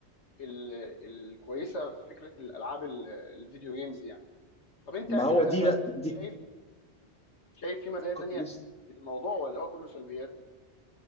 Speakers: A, on the left (about 85°); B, in the centre.
A: ال- الكويسه في فكره الالعاب ال- الفيديو جيمز يعني طب انت
B: ما
A: انت
B: هو دي
A: ايه رايك
B: بقى دي
A: شايف شايف في مزايا
B: كنت
A: تانية
B: لسه
A: للموضوع ولا هو كله سلبيات